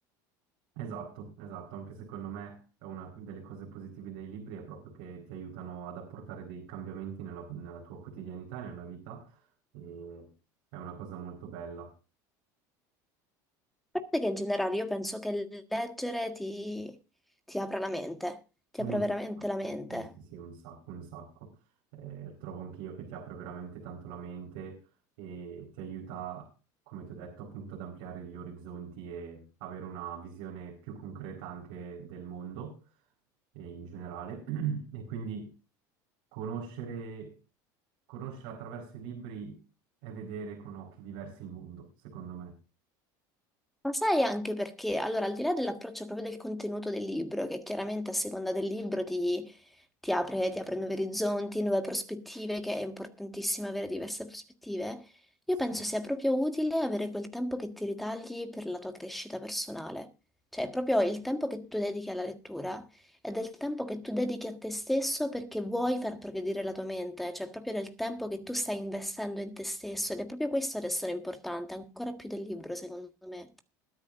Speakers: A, on the right; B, in the centre.
A: Esatto, esatto, anche secondo me è una delle cose positive dei libri è proprio che ti aiutano ad apportare dei cambiamenti nella, nella tua quotidianità e nella vita e è una cosa molto bella.
B: A parte che in generale io penso che leggere ti, ti apra la mente, ti
A: Un
B: apra veramente
A: sacco,
B: la mente.
A: sì, sì, sì, un sacco, un sacco. Eh, trovo anch'io che ti apre veramente tanto la mente e ti aiuta, come ti ho detto, appunto ad ampliare gli orizzonti e avere una visione più concreta anche del mondo e in generale. <clears throat> E quindi conoscere, conoscere attraverso i libri è vedere con occhi diversi il mondo, secondo me.
B: Ma sai anche perché, allora, al di là dell'approccio proprio del contenuto del libro, che chiaramente a seconda del libro ti ti apre, ti apre nuovi orizzonti, nuove prospettive, che è importantissimo avere diverse prospettive.
A: Sì,
B: Io penso sia proprio utile avere quel tempo che ti ritagli per la tua crescita personale. Cioè, proprio il tempo che tu dedichi alla lettura è del tempo che tu dedichi a te stesso perché vuoi far progredire la tua mente, cioè proprio del tempo che tu stai investendo in te stesso ed è proprio questo ad essere importante, ancora più del libro, secondo me.